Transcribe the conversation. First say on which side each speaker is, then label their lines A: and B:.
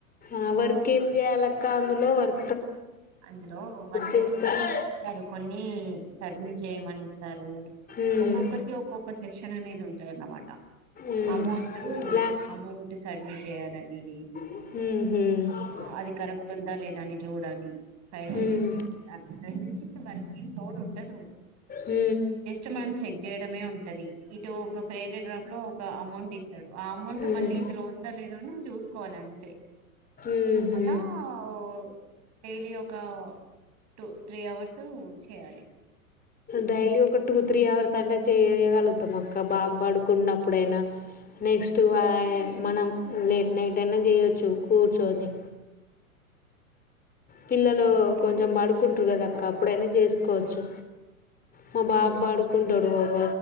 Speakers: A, on the left (about 20°); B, on the right (about 40°).
A: ఆ వర్క్ ఏం జేయాలక్క అందులో వర్
B: అందులో వాళ్ళు
A: చేస్తారు
B: ఇస్తారు కొన్నీ సబ్మిట్ జేయమని ఇస్తారు.
A: ఉమ్
B: ఒక్కొక్కరికి ఒక్కొక్క సెక్షన్ అనేది ఉంటదన్నమాట.
A: ఉమ్
B: అమౌంటూ
A: లా
B: అమౌంట్ సబ్మిట్ జేయాలని మీ
A: ఉహూ
B: ఆ అది కరెక్ట్ ఉందా లేదా అని జూడాలీ. ఫైల్స్
A: ఉమ్
B: చెక్ చేయాలి అంతకు మించి ఇంక వర్క్ ఏం లోడుండదు.
A: ఊ
B: జస్ట్ మనం చెక్ జేయడమే ఉంటది ఇటు ఒక పేరగ్రాఫ్ లో ఒక అమౌంట్ ఇస్తడు ఆ అమౌంట్ మ
A: ఉమ్
B: మళ్ళీ ఇందులో ఉందలేద అని చూసుకోవాలంతే
A: ఉహు
B: అలా ఓ లీ ఒకా టు త్రీ అవర్సూ చేయాలి.
A: డైలీ ఒక టూ త్రీ అవర్స్ అంటే చేయ్యగలుగుతం అక్క బాబడుకున్నప్పుడైనా నెక్స్ట్ వా మనం లేట్ నైట్ అయిన జేయొచ్చు కూర్చోని పిల్లలూ
B: అంతేరా
A: కొంచెం బడుకుంట్రు గదక్క అప్పుడైనా జేసుకోవచ్చు. మా బాబడుకుంటాడు అబ